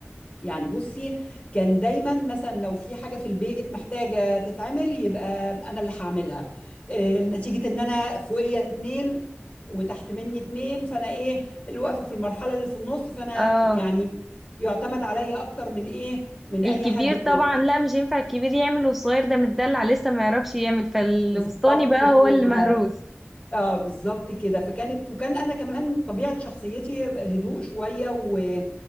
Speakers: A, on the left; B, in the centre.
A: يعني بصي كان دايما مثلا لو في حاجه في البيت محتاجه تتعمل يبقى انا اللي هعملها آه، نتيجه ان انا فوقيه اتنين وتحت مني اتنين فانا ايه اللي واقفه في المرحله اللي في النص فانا
B: اه
A: يعني يعتمد عليا اكتر من ايه من اي
B: الكبير
A: حد تاني
B: طبعا لا مش هينفع الكبير يعمل والصغير ده متدلع لسه ما يعرفش يعمل فالوسطاني
A: بالظبط
B: بقى
A: كده
B: هو اللي مهروس
A: اه بالظبط كده فكانت وكان انا كمان طبيعه شخصيتي هدوء شويه و